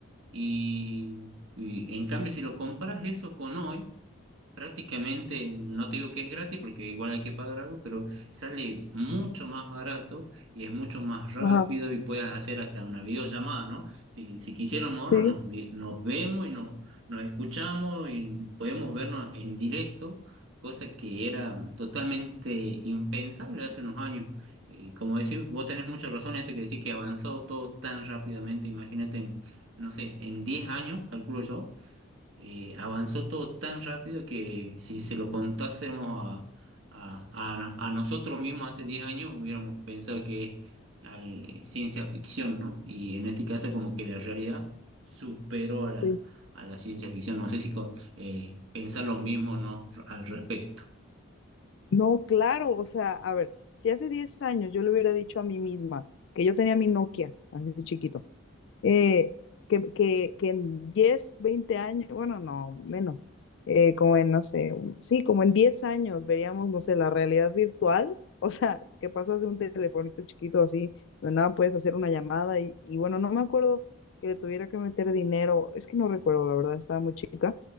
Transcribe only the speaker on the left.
ajá,
sí,
sí.
No, claro, o sea, a ver, si hace 10 años yo le hubiera dicho a mí misma que yo tenía mi Nokia, así de chiquito, eh, que, que, que en 10 20 años, bueno, no, menos, eh, como en, no sé, un- sí, como en 10 años veríamos, no sé, la realidad virtual, <laughs> o sea, que pasas de un telefonito chiquito así, donde nada puedes hacer una llamada y, y bueno, no me acuerdo que le tuviera que meter dinero, es que no recuerdo, la verdad, estaba muy chica,